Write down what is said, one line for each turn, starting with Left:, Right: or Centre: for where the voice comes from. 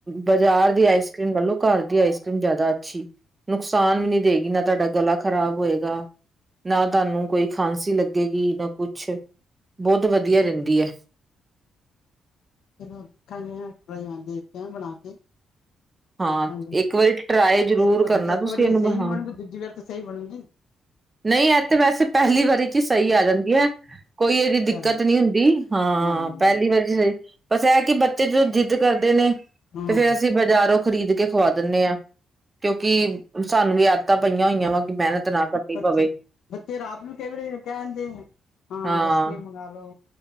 Right: ਬਜ਼ਾਰ ਦੀ ਆਈਸ ਕਰ੍ਰੀਮ ਨਾਲੋਂ, ਘਰ ਦੀ ਆਈਸ ਕਰ੍ਰੀਮ ਜਿਆਦਾ ਅੱਛੀ। ਨੁਕਸਾਨ ਵੀ ਨਹੀਂ ਦੇਗੀ, ਨਾ ਤੁਹਾਡਾ ਗਲਾ ਖ਼ਰਾਬ ਹੋਏਗਾ। ਨਾ ਤੁਹਾਨੂੰ ਕੋਈ ਖਾਂਸੀ ਲੱਗੇਗੀ, ਨਾ ਕੁਛ ਬਹੁਤ ਵਧੀਆ ਰਹਿੰਦੀ ਹੈ।
Left: ਚਲੋ ਦੇਖਾਂਗੇ, ਟਰਾਈ, ਦੇਖਦੇ ਆਂ ਬਣਾ ਕੇ।
Right: ਹਾਂ,
Left: ਦੇਖਾਂਗੇ
Right: ਇੱਕ ਵਾਰੀ ਟਰਾਏ ਜ਼ਰੂਰ
Left: ਇੱਕ ਵਾਰੀ
Right: ਕਰਨਾ
Left: ਇੱਕ
Right: ਤੁਸੀਂ,
Left: ਵਾਰੀ
Right: ਇਹਨੂੰ
Left: ਸਹੀ ਨੀ
Right: ਹਾਂ
Left: ਬਣੂਗੀ ਦੂਜੀ ਵਾਰ ਤਾਂ ਸਹੀ ਬਣੂਗੀ
Right: ਨਹੀਂ ਇਹ ਤੇ, ਵੈਸੇ ਪਹਿਲੀ ਵਾਰੀ ਚੀ ਸਹੀ ਆ ਜਾਂਦੀ ਹੈ। ਕੋਈ ਇਹਦੀ
Left: ਚਲੋ
Right: ਦਿੱਕਤ ਨਹੀਂ ਹੁੰਦੀ, ਹਾਂ
Left: ਹਾਂਜੀ
Right: ਪਹਿਲੀ ਵਾਰੀ, ਬਸ ਇਹ ਕਿ ਬੱਚੇ ਜਦੋ ਜਿੱਦ ਕਰਦੇ ਨੇ
Left: ਹਾਂ
Right: ਤੇ ਫੇਰ ਅਸੀਂ ਬਾਜ਼ਾਰੋਂ ਖਰੀਦ ਕੇ ਖਵਾ ਦਿੰਦੇ ਆਂ, ਕਿਉਂਕਿ ਸਾਨੂੰ ਵੀ ਆਦਤਾਂ ਪਈਆਂ ਹੋਈਆਂ ਵਾ। ਕਿ ਮਿਹਨਤ ਨਾ ਕਰਨੀ
Left: ਬੱਚੇ,
Right: ਪਵੇ
Left: ਬੱਚੇ ਰਾਤ ਨੂੰ ਕਈ ਵਾਰੀ ਕਹਿ ਦਿੰਦੇ ਹਾਂ,
Right: ਹਾਂ।
Left: ਆਈਸ ਕ੍ਰੀਮ ਮੰਗਾ ਲੋ।